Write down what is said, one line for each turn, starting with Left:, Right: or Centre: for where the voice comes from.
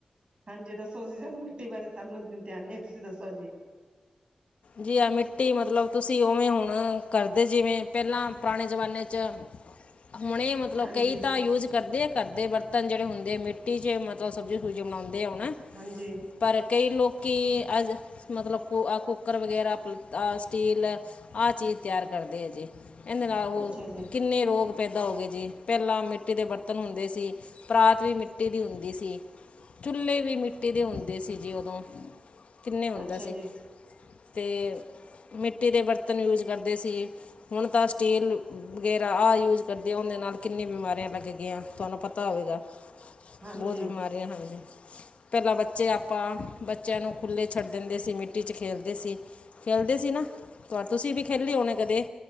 Right: ਹਾਂਜੀ, ਦੱਸੋ ਤੁਸੀਂ ਦਸੋ ਸਾਨੂੰ। ਮਿੱਟੀ ਬਾਰੇ, ਸਾਨੂੰ ਧਿਆਨ ਨੀ ਤੁਸੀਂ ਦੱਸੋ ਜੀ।
Left: ਜੀ ਹਾ ਮਿੱਟੀ, ਮਤਲਬ ਤੁਸੀਂ ਉਵੇਂ ਹੁਣ ਕਰਦੇ, ਜਿਵੇਂ ਪਹਿਲਾਂ ਪੁਰਾਣੇ ਜ਼ਮਾਨੇ 'ਚ ਹੁਣੇ ਮਤਲਬ ਮਤਲਬ,
Right: ਹਾਂਜੀ
Left: ਕਈ ਤਾਂ ਯੂਜ ਕਰਦੇ, ਘਰ ਦੇ ਬਰਤਨ ਜਿਹੜੇ ਹੁੰਦੇ ਮਿੱਟੀ 'ਚ, ਮਤਲਬ ਸਬਜ਼ੀ- ਸੁਬਜ਼ੀ ਬਣਾਉਂਦੇ ਹੁਣ।
Right: ਹਾਂਜੀ।
Left: ਪਰ ਕਈ ਲੋਕੀ ਅੱਜ, ਮਤਲਬ ਕੁ ਆ ਕੁ ਕੁੱਕਰ ਵਗੈਰਾ ਆ ਸਟੀਲ ਐ ਆਹ ਚੀਜ਼ ਤਿਆਰ ਕਰਦੇ ਹੈ ਜੀ ਇਹਦੇ ਨਾਲ ਉਹ
Right: ਅੱਛਾ
Left: ਕੀ-
Right: ਜੀ
Left: ਕਿੰਨੇ ਰੋਗ ਪੈਦਾ ਹੋ ਗਏ ਜੀ, ਪਹਿਲਾਂ ਮਿੱਟੀ ਦੇ ਬਰਤਨ ਹੁੰਦੇ ਸੀ। ਪਰਾਤ ਵੀ ਮਿੱਟੀ ਦੀ ਹੁੰਦੀ ਸੀ। ਚੁਲੇ ਵੀ ਮਿੱਟੀ ਦੇ ਹੁੰਦੇ ਸੀ ਜੀ ਉਦੋਂ ਕਿੰਨੇ ਹੁੰਦਾ
Right: ਅੱਛਾ
Left: ਸੀ।
Right: ਜੀ
Left: ਅਤੇ ਮਿੱਟੀ ਦੇ ਬਰਤਨ ਯੂਜ ਕਰਦੇ ਸੀਗੇ। ਹੁਣ ਤਾਂ ਸਟੀਲ ਵਗੈਰਾ ਆਹ ਯੂਜ ਕਰਦੇ ਉਹਦੇ ਨਾਲ ਕਿੰਨੀ ਬਿਮਾਰੀਆਂ ਲੱਗ ਗਈਆਂ, ਤੁਹਾਨੂੰ ਪਤਾ ਹੋਵੇਗਾ।
Right: ਹਾਂਜੀ
Left: ਬਹੁਤ ਬਿਮਾਰ, ਹਾਂ ਪਹਿਲਾਂ ਬੱਚੇ ਆਪਾਂ ਬੱਚਿਆਂ ਨੂੰ ਖੁੱਲੇ ਛੱਡ ਦਿੰਦੇ ਸੀ ਮਿੱਟੀ ਚ ਖੇਲ ਦੇ ਸੀ ਖੇਲਦੇ ਸੀ ਨਾ ਪਰ ਤੁਸੀਂ ਵੀ ਖੇਲੇਓਣੇ ਕਦੇ,